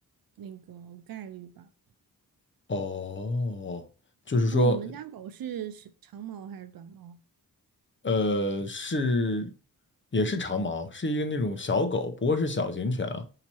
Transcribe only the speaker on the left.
哦，就是说，
呃，是也是长毛，是一个那种小狗，不过是小型犬啊，